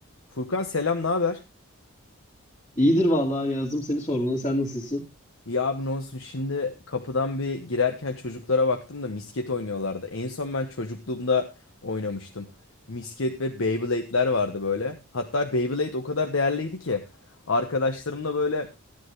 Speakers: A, on the left (about 65°); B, on the left (about 30°).
A: Furkan selam, ne haber?
B: İyidir vallahi Yağız'ım seni sormalı. Sen nasılsın?
A: Ya abi ne olsun şimdi kapıdan bir girerken çocuklara baktım da misket oynuyorlardı. En son ben çocukluğumda oynamıştım. Misket ve Beyblade'ler vardı böyle. Hatta Beyblade o kadar değerliydi ki arkadaşlarımla böyle